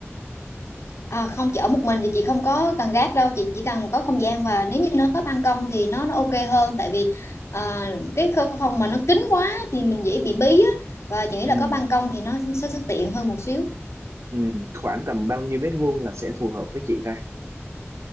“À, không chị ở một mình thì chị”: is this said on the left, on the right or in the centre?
Left